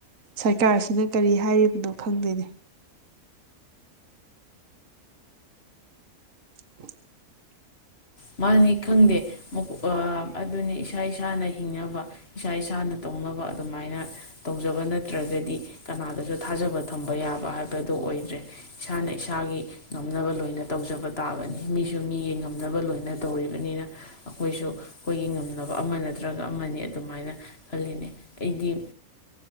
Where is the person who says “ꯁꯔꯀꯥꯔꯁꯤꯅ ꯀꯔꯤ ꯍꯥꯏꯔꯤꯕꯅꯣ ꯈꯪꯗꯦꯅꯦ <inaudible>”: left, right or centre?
Right